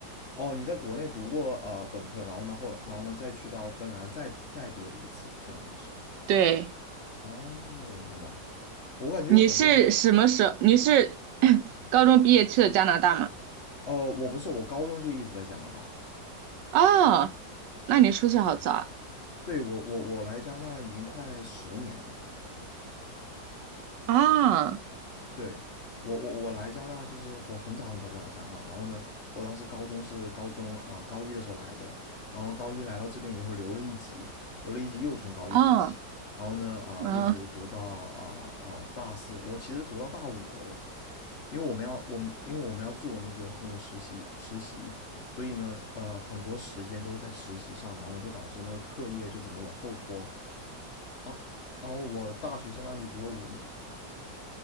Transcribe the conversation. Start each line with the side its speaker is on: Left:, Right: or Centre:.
Left: 哦，你在国内读过呃本科，然后呢后然后呢再去到芬兰再再读了一次，相当于是。
Right: 对，
Left: 哦，我明白。我感觉有很多人，
Right: 你是什么时候？你是 <clears throat> 高中毕业去的加拿大吗？
Left: 哦，我不是，我高中就一直在加拿大。
Right: 哦，那你出去好早
Left: 对，我我我来加拿大已经快十年了。
Right: 啊！啊
Left: 对，我我我来加拿大就是我很早很早就来加拿大，然后呢，我当时高中是高中啊、呃高一的时候来的，然后高一来到这边以后留了一级，留了一级又从高一读起，
Right: 啊，
Left: 然后呢啊、
Right: 嗯。
Left: 一直读到啊啊、大四，我其实读到大五了都，因为我们要我们因为我们要做那个那个实习实习，所以呢呃很多时间都是在实习上，然后呢就导致那个课业就只能往后拖，啊，然后我大学相当于读了五年，